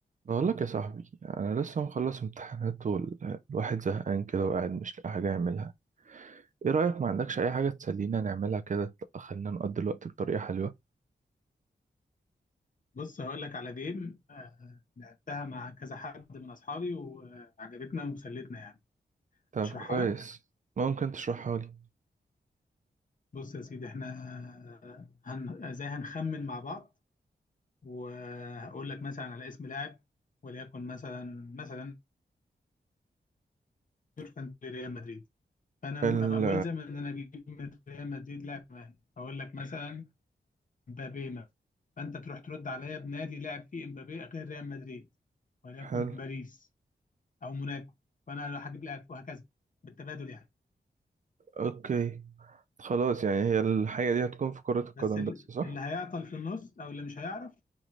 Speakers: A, on the right; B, on the left.
A: بقول لك يا صاحبي انا لسه مخلص امتحانات والواحد زهقان كده وقاعد مش لاقي حاجه يعملها ايه رايك ما عندكش اي حاجه تسلينا نعملها كده خلينا نقضي الوقت بطريقه حلوه
B: بص هقول لك على جيم آه، آه، لعبتها مع كذا حد من اصحابي وعجبتنا وسلتنا يعني
A: طب
B: اشرحها
A: كويس
B: لك
A: ممكن تشرحها لي
B: بص يا سيدي احنا آه، هن... ازاي هنخمن مع بعض وهقول لك مثلا على اسم لاعب وليكن مثلا مثلا يورفان ريال مدريد فانا م-
A: ال
B: ابقى ملزم ان انا اجيب من ريال مدريد لاعب معين اقول لك مثلا مبابي مثلا فانت تروح ترد عليا بنادي لاعب فيه مبابي غير ريال مدريد وليكن
A: حلو
B: باريس او موناكو فانا لو هجيب لاعب وهكذا بالتبادل يعني
A: اوكي خلاص يعني هي الحاجه دي هتكون في كره القدم
B: بس ال-
A: بس صح
B: اللي هيعطل في النص او اللي مش هيعرف